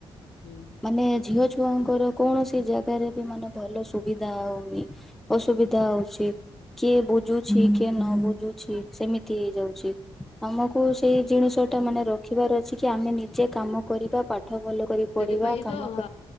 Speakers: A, on the left; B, in the centre.
A: ହୁଁ ହୁଁ
B: ମାନେ ଝିଅ ଛୁଆଙ୍କର କୌଣସି ଜାଗାରେ ବି ମାନେ ଭଲ ସୁବିଧା ହଉନି ଅସୁବିଧା ହଉଛି କିଏ ବୁଝୁଛି କିଏ ନ ବୁଝୁଛି ସେମିତି ହେଇଯାଉଛି ଆମକୁ ସେଇ ଜିନିଷଟା ମାନେ ରଖିବାର ଅଛି କି ଆମେ ନିଜେ କାମ କରିବା ପାଠ ଭଲ କରିବା ପଢିବା
A: ସେଥିପାଇଁ
B: କାମ
A: ତ ହ